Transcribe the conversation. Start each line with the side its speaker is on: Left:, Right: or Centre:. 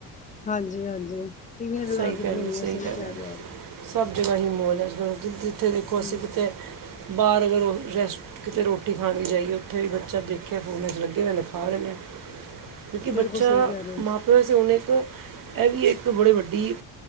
Left: ਹਾਂਜੀ- ਹਾਂਜੀ, ਟੀ ਵੀ ਨੇ ਲਗਾ
Right: ਸਹੀ
Left: ਕੇ ਕੀਤੀਆਂ
Right: ਗੱਲ
Left: ਹੋਈਆਂ
Right: ਹੈ, ਸਹੀ
Left: ਸਈ
Right: ਗੱਲ
Left: ਕੈ
Right: ਹੈ।
Left: ਰਏਂ ਓ ਆਪ।
Right: ਸਭ ਜਗ੍ਹਾ ਈ ਮੌਲ ਐ ਜ ਜਿਥੇ ਦੇਖੋ
Left: ਹਾਂਜੀ
Right: ਅਸੀ ਕਿਤੇ ਬਾਰ ਅਗਰ ਓ ਰੈਸਟ ਕਿਤੇ ਰੋਟੀ ਖਾਨੀ ਜਾਈਏ ਓਥੇ ਵੀ ਬੱਚਾ ਦੇਖੇਆ ਫੋਨ ਲੱਗੇ ਹੋਏ ਨੇ ਖਾ ਰਏ ਨੇ।
Left: <inaudible>
Right: ਕਿਉਕਿ ਬੱਚਾ
Left: ਸਹੀ ਕਹਿ ਰਹੇ
Right: ਮਾਂ-
Left: ਹੋ
Right: ਪਿਓ ਵਾਸੇ ਹੁਣ ਇਕ ਇਹ ਵੀ ਇਕ ਬੜੇ ਵੱਡੇ- ਡੀ